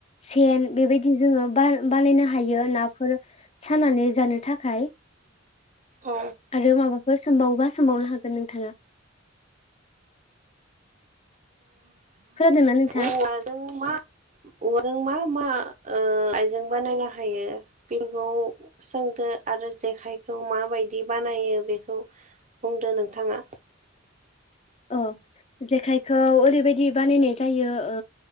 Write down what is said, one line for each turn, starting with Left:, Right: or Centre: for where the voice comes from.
Left: सेन बेबायदि जोङो बान बानायनो हायो नाफोर सानानै जानो थाखाय।
Right: औ
Left: आरो माबाफोर सोमबावोबा सोमबावनो हागोन नोंथाङा। खोनादोंना नों
Right: औवाजों मा औवाजों मा मा ओ आइजों बानायनो हा यो बेखौ सोंदो आरो जेखाइखौ माबायदि बानायो बेखौ बुंदो नोंथाङा।
Left: ओ जेखाइखौ ओरैबायदि बानायनाय जायो ओ